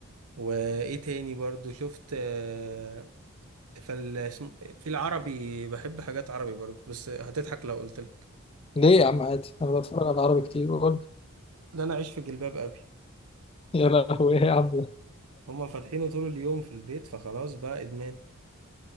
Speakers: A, on the right (about 80°); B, on the left (about 25°).
A: وايه تاني برضو شفت آه، فال اسم- في العربي بحب حاجات عربي برضو بس هتضحك لو قلت لك
B: <laughs> ليه يا عم عادي انا بتفرج على عربي كتير بقول
A: ده انا عايش في جلباب ابي
B: يا لهوي ايه يا عم ده؟
A: هما فاتحينه طول اليوم في البيت فخلاص بقى ادمان